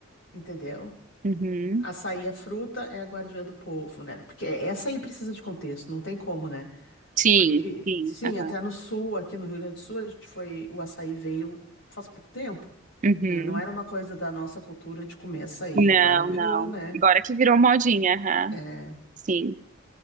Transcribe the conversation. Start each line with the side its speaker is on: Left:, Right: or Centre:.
Left: entendeu?
Right: Uhum.
Left: Açaí, a fruta, é a guardiã do povo, né? Porque é, essa aí precisa de contexto, não tem como, né?
Right: Sim,
Left: Porque,
Right: sim.
Left: sim,
Right: Aham.
Left: até no sul, aqui no Rio Grande do Sul, a gente foi, o açaí veio faz pouco tempo,
Right: Uhum.
Left: né? Não era uma coisa da nossa cultura de comer açaí,
Right: Não,
Left: agora virou,
Right: não.
Left: né?
Right: Agora que virou modinha, aham.
Left: É. É.
Right: Sim.